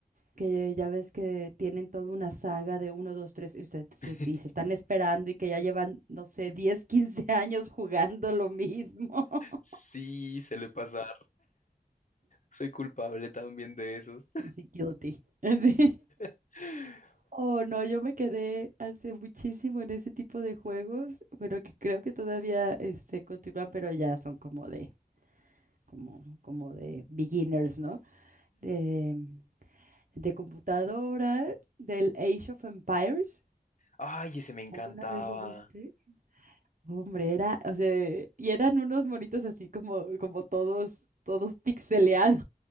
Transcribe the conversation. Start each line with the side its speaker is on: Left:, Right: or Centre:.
Right: que ya ves que tienen toda una saga de uno, dos, tres, y, usted se,
Left: <laughs>
Right: y se están esperando y que ya llevan, no sé, 10 15 <laughs> años jugando lo mismo. <laughs>
Left: sí, se le pasar. Soy culpable también de esos.
Right: Así guilty. <laughs> Así.
Left: <laughs>
Right: Oh, no, yo me quedé hace muchísimo en ese tipo de juegos. Bueno, que creo que todavía este, continúan, pero ya son como de como, como de beginners, ¿no? De, de computadora, del Age of Empires.
Left: Ay, ese me encantaba.
Right: ¿Alguna vez lo viste? Hombre, era, o sea, y eran unos monitos así como, como todos, todos pixeleados.